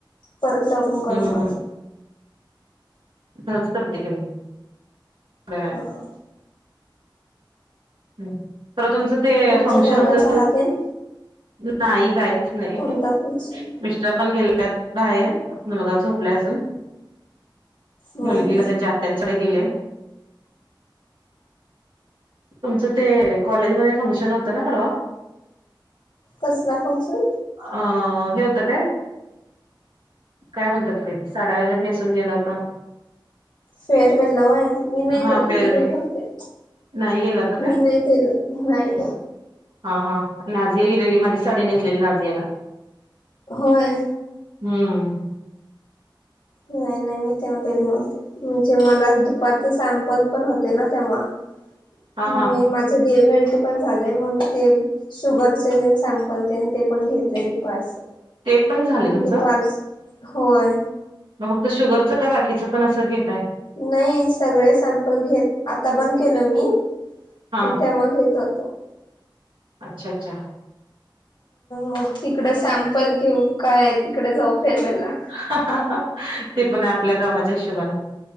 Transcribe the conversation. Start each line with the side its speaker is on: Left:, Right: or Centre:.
Left: परत लॉग इन करून
Right: हम्म
Left: बघा.
Right: संस्कृतीिकून ब
Left: हा
Right: खरं तुमचं ते
Left: तुमचं
Right: फंक्शन
Left: झाला
Right: होतं.
Left: चहा तेन
Right: नाही काहीच नाही
Left: कोणता फंक्शन
Right: मिस्टर पण गेलेत बाहेर मुलगा झोपला अजून
Left: ह
Right: मुलगी
Left: ह
Right: त्यांच्या आत्यांच्याडे गेली. तुमचं ते कॉलेजमध्येध्ये फंक्शन होतं ना परवा
Left: कसला फक्शन
Right: अ हे होतं काय? काय बोलतात ते साड्या वगेरे नेसून गेला होता.
Left: फेरवेेलवय मी नाही
Right: हा
Left: गेल
Right: फेअरवेल
Left: मी गेल नव्हते.
Right: नाही गेला होता
Left: मी
Right: काय
Left: नाही केलं नाही.
Right: हा हा नाझीया गेलेली माझी सडी नेसलेली नाझियाना
Left: होय
Right: हम्म
Left: नाही नाही मी तेव्हा गले नव्हते म्हणजे मला दुपारच सॅम्पल पण होते ना तेव्हा
Right: हा
Left: मी
Right: हा
Left: माझं डीएम एल पण झालंय मग ते शुगरचे सॅम्पल ते पण घेतय दुपारच.
Right: ते पण झालं तुमचं
Left: दुपार होय.
Right: मग फक्त शुगरचं का बाकीचं पण असं घेतय.
Left: नाही सगळे सॅम्पल घेत आता बंद केलं मी
Right: हा
Left: पण ते मग घेत होतो.
Right: अच्छा अच्छा
Left: मग तिकड सॅम्पल घेऊ कायय तिकडे जाऊ फेरवेल ला
Right: हा हा हा ते पण आपल्या कामाच्या हिशोबान